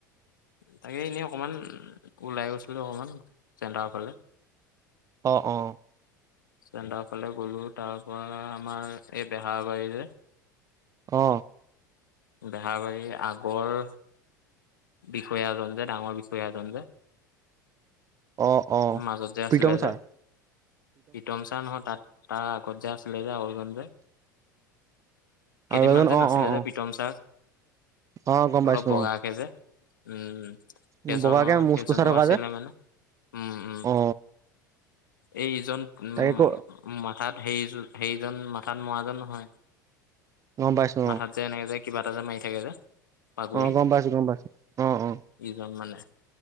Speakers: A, on the left; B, on the right.
A: তাকে এনেই অকমান, ওলাই গৈছিলোঁ অকমান, চেণ্টাৰৰ ফালে।
B: অ', অ'।
A: <unintelligible> ফালে গ'লো তাপা আমাৰ এই বেহাবাৰীৰে।
B: অ'।
A: বেহাৰবাৰীৰ আগৰ বিষয়াজন যে ডাঙৰ বিষয়া এজন যে
B: অ অ
A: মাজত যে আছিলে
B: প্ৰীতম ছাৰ
A: যে প্ৰীতম ছাৰ নহয় তাত তাৰ আগত যে আছিলে যে <unintelligible> কেইদিনমান
B: আৰু এজন
A: যে
B: অ
A: নাছিলে
B: অ
A: যে
B: অ
A: পিটম ছাৰ
B: অ গম
A: অলপ
B: পাইছো
A: বগাকে যে উম সেইজনৰ
B: অ বগাকে মুচ
A: সেইজনো
B: কোচা থকা
A: আছিলে
B: যে
A: মানে উম উম
B: অ
A: এই ইজন উম
B: তাকে ক
A: মাথাত <unintelligible> সেইজন মাথাত মৰাজন নহয়
B: গম পাইছো
A: মাথাত
B: অ
A: যে এনেকে <unintelligible> কিবা এটা যে মাৰি থাকে যে পাগুৰি
B: অ গম পাইছো গম পাইছো অ অ
A: ইজন মানে